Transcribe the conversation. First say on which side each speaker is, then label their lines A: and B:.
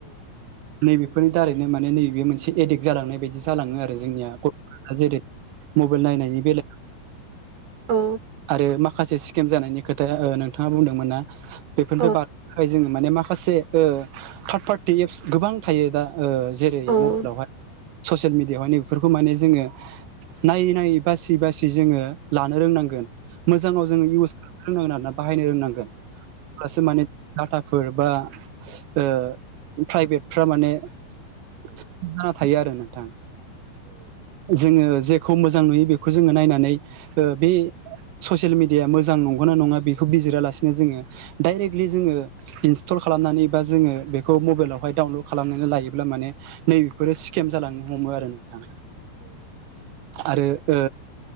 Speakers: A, on the right; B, on the right.
A: नैबे फोरनि दारैनो माने नैबे मोनसे एडिक्ट जालांनाय बायदि जालाङो आरो जोंनिया गथ'फ्रा जेरै मबाइल नायनायनि बेलायाव
B: औ
A: आरो मा माखासे स्किम जानायनि खोथाया ओ नोंथाङा बुंदोंमोन ना बेफोरनि
B: औ औ
A: बारनो थाखाय जोङो माने मा खासे ओ थार्द पार्टि एप्स गोबां थायो दा ओ जेरै
B: औ
A: मबाइलावहाय ससियेल मेडियाव माने बेफोरखौ माने जोङो नायै नायै बासि बासि जोङो लानो रोंनांगोन मोजाङाव जोङो इउस खालामनो रोंनांगोन आरोना बाहायनो रोंनांगोन अब्लासो माने डाटाफोर बा ओ प्राइभेटफ्रा माने जाना थायो आरो नों थां जोङो जेखौ मोजां नुयो बेखौ जोङो नायनानै ओ बे ससियेल मिडिया मोजां नंगौना नङा बेखौ बिजिरालासिनो जोङो डाइरेक्टलि जोङो इन सटल खालामनानै बा जोङो बेखौ मबाइलावहाय डाउनलड खालामनानै लायोब्ला माने नैबेफोरो स्केम जालांनो हमो आरो नोंथां आरो ओ